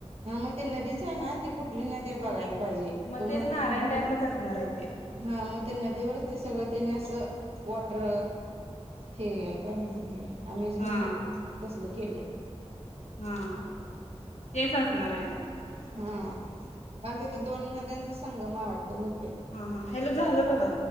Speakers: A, on the right; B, on the left.
A: हा मग ते नदीच आहे ना ती कुठली नदी बघायला पाहिजे,,
B: मग
A: तो
B: तेच
A: म्हणतस
B: नारायण
A: नाय
B: डॅमच
A: तेऽऽ
B: असणार आहे ते
A: हा मग त्या नदीवरच ते सगळं त्यानी असंऽऽ वॉटर,,, हे काय म्हणतात ते अमेजमेंट
B: हा
A: तसलं केलंय.
B: हा,, तेच असणार आहे म.
A: हा,,, कारण तिथं दोन नद्यांचा संगम आय वाटतं बहुऽऽऽ
B: हा हा,,, हेॅलो झालं बघा..